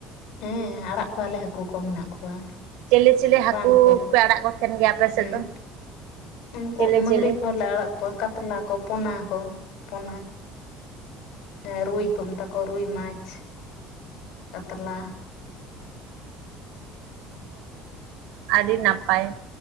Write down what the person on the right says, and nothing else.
ᱪᱮᱞᱮ ᱪᱮᱞᱮ ᱦᱟᱹᱠᱩ
ᱯᱮ ᱟᱲᱟᱜ ᱠᱚ ᱛᱟᱦᱮᱱ ᱜᱮᱭᱟ ᱟᱯᱮ ᱥᱮᱫ
ᱫᱚ?
ᱪᱤᱞᱤ
ᱪᱤᱞᱤ
ᱚᱻᱻᱟᱹᱰᱤ ᱱᱟᱯᱟᱭ ᱾